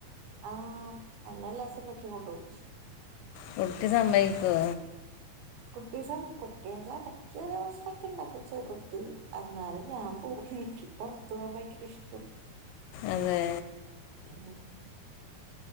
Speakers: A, on the right; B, on the left.
A: ആഹ് എന്നെ എല്ലാ സിനിമക്കും കൊണ്ടു പോകും
B: കുട്ടി സമ്മയ്ക്കോ
A: കുട്ടി സ കുട്ടി എടക്ക് ഒരു പ്രശ്നൊക്കെ ഇണ്ടാകും ചെറുത് എന്നാലും ഞാൻ പോകും എനിക്ക് പൊർത്തുപൂവാൻ ഭയ്ങ്കര ഇഷ്ടോ
B: അതെ
A: ഉം